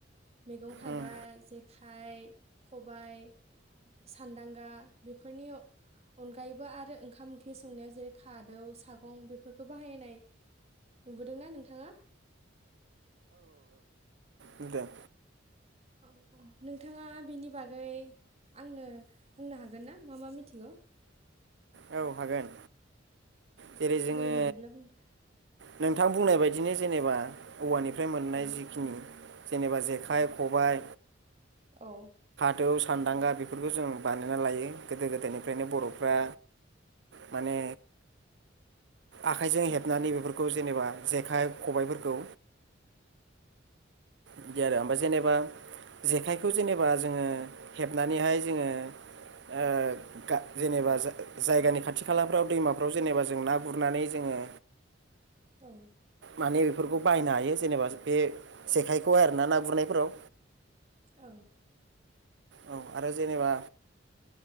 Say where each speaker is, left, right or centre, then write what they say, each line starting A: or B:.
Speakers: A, on the right; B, on the right.
A: मैगं खादा,
B: उम
A: जेखाइ, खबायाइ, सान्दांगा बेफोरनि अनगायैबो आरो ओं ओंखाम ओंख्रि संनायाव जेरै खादौ, सागं बेफोरखौ बाहायनाय नुबोदों ना नोंथाङा?
B: नुदों।
A: औ औ नोंथाङा बिनि बागै आंनो बुंनो हागोन ना मा मा मिथिगौ?
B: औ हागोन। जेरै जोङो
A: दे बिदिब्ला बुंदो
B: नोंथां बुंनाय बायदिनो जेनेबा औवानिफ्राय मोननाय
A: औ
B: जिखिनि जेनेबा जेखाइ, खबाय
A: औ।
B: दौ सान्दांगा बेफोरखौ जों बानायना लायो गोदो गोदायनिफ्रायनो बर'फ्रा माने आखाइजों
A: औ उम
B: हेबनानै बेफोरखौ जेनेबा जेखाइ खबायफोरखौ बिदि आरो इनफाय जेनेबा जेखाय खौ जेनेबा जोङो हेबनानैहाय जोङो ओ गा जेनेबा जा-जायगानि खाथि खालाफ्राव दैमाफ्राव जेनेबा जों ना गुरनानै जोङो
A: औ।
B: माने बेफोरखौ बायनो हायो जेनेबा बे जेखाइखौ आरोना ना गुरनायफोराव।
A: औ।
B: औ आरो जेनेबा